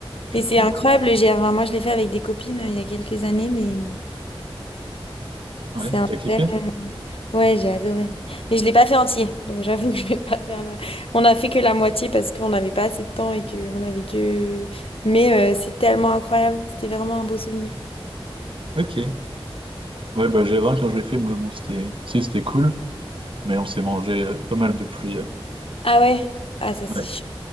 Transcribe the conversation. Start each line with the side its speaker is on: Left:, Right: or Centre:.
Right: puis
Left: Mais
Right: après,
Left: c'est incroyable
Right: on campe.
Left: le GR. Enfin, moi, je l'ai fait avec des copines euh, il y a quelques années, mais
Right: Ouais,
Left: c'est un
Right: t'as kiffé?
Left: bel... Ouais, j'ai adoré. Mais je ne l'ai pas fait entier, donc j'avoue que je vais pas faire la... On a fait que la moitié parce qu'on n'avait pas assez de temps et que on avait que... Mais euh, c'est tellement incroyable. C'était vraiment un beau souvenir.
Right: Ok. Ouais, bah G20, quand je l'ai fait, moi, bon, c'était, si, c'était cool, mais on s'est mangé euh, pas mal de pluie. euh.
Left: Ah ouais? Ah ça, c'est...
Right: Ouais,
Left: ch-